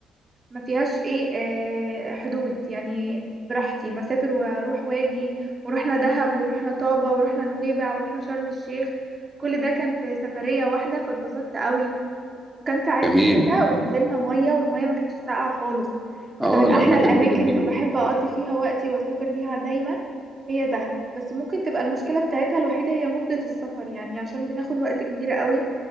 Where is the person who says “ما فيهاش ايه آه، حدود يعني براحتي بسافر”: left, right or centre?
Right